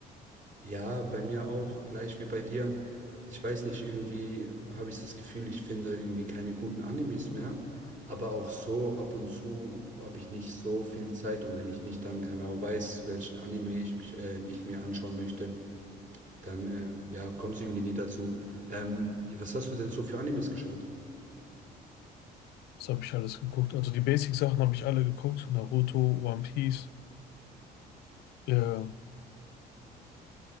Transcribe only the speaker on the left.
Was habe ich alles geguckt? Also die Basic-Sachen habe ich alle geguckt, Naruto, One Piece, äh,